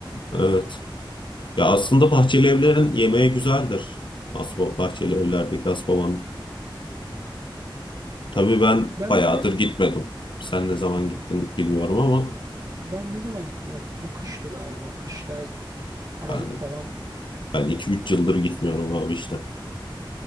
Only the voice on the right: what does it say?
Ben
böyle
hmm,
ben ne zaman gittim? Ya, Bu kıştı galiba. Kıştaydı. Aralık
falan